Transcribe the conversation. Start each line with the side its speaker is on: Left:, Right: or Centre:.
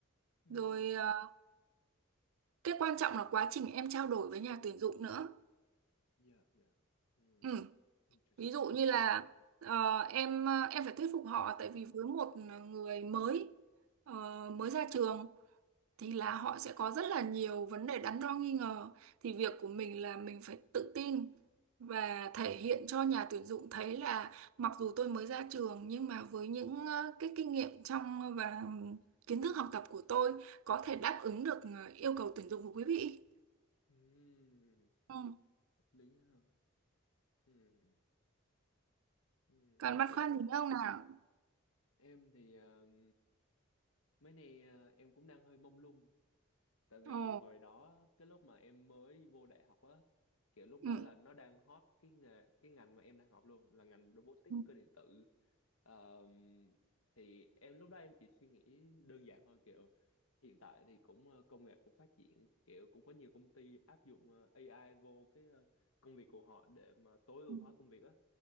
Left: Hmm.
Right: rồi ờ, cái quan trọng là quá trình em trao đổi với nhà tuyển dụng nữa
Left: dạ dạ Hmm.
Right: ừ.
Left: Interesting.
Right: ví dụ như là ờ, em ờ, em phải thuyết phục họ tại vì với một người mới ờ, mới ra trường thì là họ sẽ có rất là nhiều vấn đề đắn đo nghi ngờ thì việc của mình là mình phải tự tin và thể hiện cho nhà tuyển dụng thấy là mặc dù tôi mới ra trường nhưng mà với những ờ, cái kinh nghiệm trong và kiến thức học tập của tôi có thể đáp ứng được ờ, yêu cầu tuyển dụng của quý vị.
Left: Hmm.
Right: Ừ.
Left: Lý ha. Hmm. Hmm.
Right: Còn băn
Left: Kiểu
Right: khoăn gì nữa không nào?
Left: em thì um, mấy nay uh, em cũng đang hơi mông lung tại vì
Right: Ồ.
Left: hồi đó cái lúc mà em mới vô đại học á kiểu lúc
Right: Ừ.
Left: đó là nó đang hot cái nghề cái ngành mà em đang học luôn là ngành robotics
Right: Ừ.
Left: cơ điện tử Ờm, thì em lúc đó em chỉ suy nghĩ đơn giản thôi kiểu hiện tại thì cũng ờ, công nghệ cũng phát triển kiểu cũng có nhiều công ty áp dụng ờ, AI vô cái ờ, công việc của họ để mà tối ưu
Right: Ừ.
Left: hóa công việc á